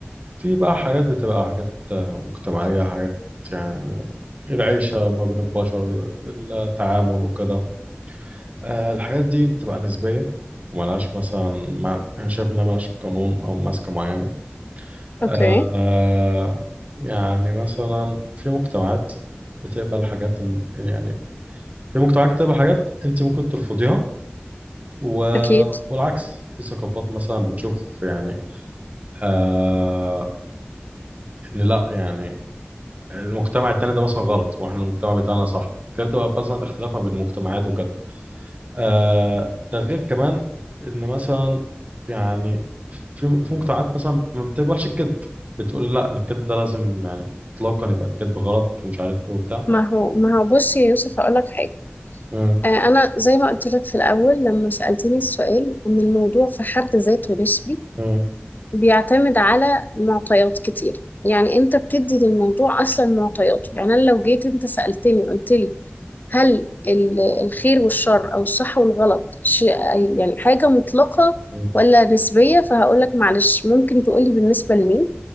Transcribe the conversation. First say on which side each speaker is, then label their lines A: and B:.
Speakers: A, on the right; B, on the left.
A: في بقى حاجات بتبقى حاجات آه، مجتمعية حاجات يعني العيشة ما بين البشر التعامل وكده آه الحاجات دي بتبقى نسبية وملهاش مثلا مع... أنا شايف إنها ملهاش قانون أو ماسكة معينة
B: اوكي
A: آه يعني مثلا في مجتمعات بتقبل حاجات إن- يعني في مجتمعات بتقبل حاجات انت ممكن ترفضيها و...
B: اكيد
A: والعكس في ثقافات مثلا بتشوف يعني آه ان لا يعني المجتمع التاني ده مثلا غلط واحنا المجتمع بتاعنا صح فهي بتبقى مثلا اختلاف ما بين المجتمعات وكده آه، ده غير كمان ان مثلا يعني في في مجتمعات مثلا ما بتقبلش الكذب بتقول لا إن الكذب ده لازم يعني اطلاقا يبقى الكذب غلط ومش عارف ايه وبتاع
B: ما هو ما هو بص يا يوسف اقول لك حاجة
A: مم،
B: آه، انا زي ما قلت لك في الاول لما سألتني السؤال ان الموضوع في حد ذاته نسبي
A: مم،
B: بيعتمد على معطيات كتير يعني انت بتدي للموضوع اصلا معطيات يعني انا لو جيت انت سألتني قلت لي هل ال- الخير والشر او الصح والغلط شيء يعني حاجة مطلقة
A: مم،
B: ولا نسبية فهقولك معلش ممكن تقولي بالنسبة لمين